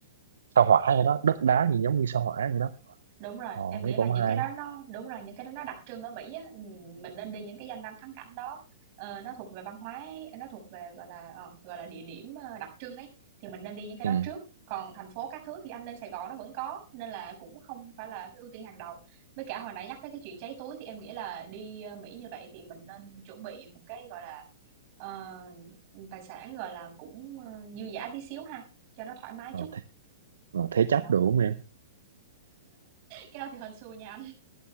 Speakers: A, on the right; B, on the right.
A: sao hỏa vậy đó đất đá nhìn giống như sao hỏa vậy đó
B: đúng rồi,
A: ờ
B: em nghĩ
A: thấy
B: là
A: cũng
B: những
A: hay
B: cái đó nó đúng rồi, những cái đó nó đặc trưng ở Mỹ á, ừm, mình nên đi những cái danh lam thắng cảnh đó. Ờ, nó thuộc về văn hóa ấy, nó thuộc về gọi là ờ, gọi là địa điểm ờ, đặc trưng ấy thì mình nên đi những cái đó
A: ừ
B: trước. Còn thành phố các thứ thì anh lên Sài Gòn nó vẫn có nên là cũng không phải là cái ưu tiên hàng đầu. Với cả hồi nãy nhắc tới cái chuyện cháy túi thì em nghĩ là đi ờ, Mỹ như vậy thì mình nên chuẩn bị một cái gọi là ờ, tài sản gọi là cũng ờ, dư dả tí xíu ha, cho nó thoải mái
A: ờ,
B: chút.
A: thế, ờ, thế
B: Đó.
A: chấp được không em
B: Cái đó thì hên xui nha anh.